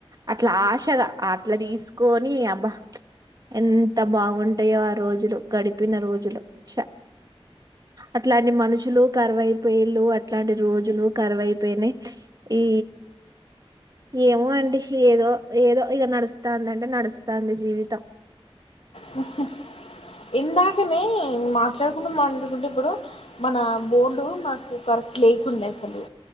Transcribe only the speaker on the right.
అట్లా ఆశగా అట్లా తీసుకొని అబ్బా ఎంత బాగుంటయో ఆ రోజులు గడిపిన రోజులు చ అట్లాంటి మనుషులు కరువైపోయ అట్లాంటి రోజులు కరువైపోయినాయ్ ఈ ఏమో అండి ఏదో ఏదో ఇక నడుస్తాందింటే నడుస్తాంది జీవితం